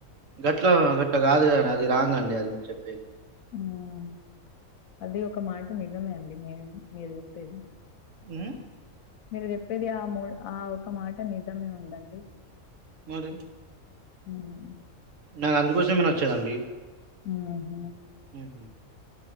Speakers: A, on the right (about 65°); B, on the left (about 75°).
A: గట్లా గట్టగాదు కాని అది రాంగ్ అండి అది మీరు చెప్పేది
B: మ్ అది ఒక మాట నిజమే అండి మేం మీరు చెప్పేది
A: నా
B: మీరు చెప్పేది ఆ మూడ్ ఆ ఒక మాట నిజమేవుందండి
A: మరి
B: హా
A: నాకు అందుకోసమెనచ్చేదండి
B: ఆ హ
A: హ